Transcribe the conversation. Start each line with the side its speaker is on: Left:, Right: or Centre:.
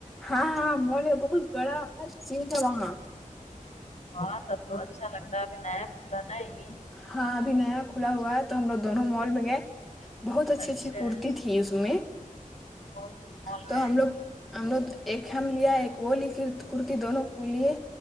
Centre: ہاں ہاں مول ہے بہت بڑا ہر چیز ہے وہاں
Left: وا تب تو اچھا لگتا ہے ابھی نیا کھولا نا یے
Centre: ہاں ابھی نیا کھولا ہوا ہے تو ہم لوگ دونوں مال میں گئے بہت اچھی
Left: اچھا
Centre: اچھی کرتی تھی اس میں
Left: وہ مال
Centre: تو
Left: میں
Centre: ہم لوگ ہم لوگ ایک ہم لیا ایک وہ لی کرتی دونوں کو لیے